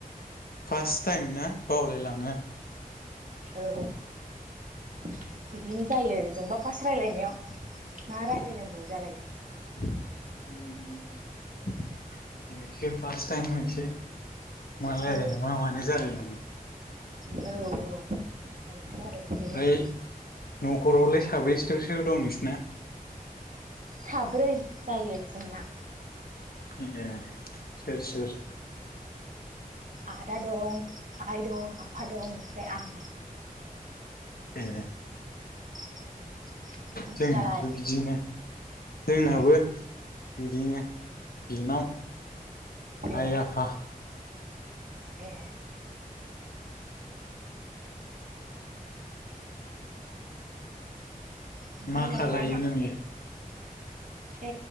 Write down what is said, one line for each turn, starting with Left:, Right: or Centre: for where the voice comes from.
Left: फार्स्ट टाइम ना बावलायलांङो।
Right: औ बिदिनो जायो। जोंबा फार्स्ट रायलायनायाव मा रायलायनांगौ जालाय
Left: उम उम दोनैसो फार्स्ट टाइम मोनसे मा लायरायनो
Right: औ
Left: मा मानो जालायलांङो।
Right: औ जायोथ' औ आरो बिदिनो
Left: ओमफ्राय न'खरावलाय साबैसेथ'सो दं नोंसिना?
Right: साब्रै जायो जोंना
Left: ए सोर सोर।
Right: आदा दं आइ दं आफा दं ओमफ्राय आं
Left: ए
Right: <unintelligible> नोंसिनालाय
Left: जोंनाबो बिदिनो जोंनाबो
Right: ए
Left: बिदिनो। बिनानाव
Right: ए
Left: आइ आफा।
Right: ए ओमफ्राय
Left: मा
Right: नों
Left: खालायो
Right: मा
Left: नोंलाय?
Right: ए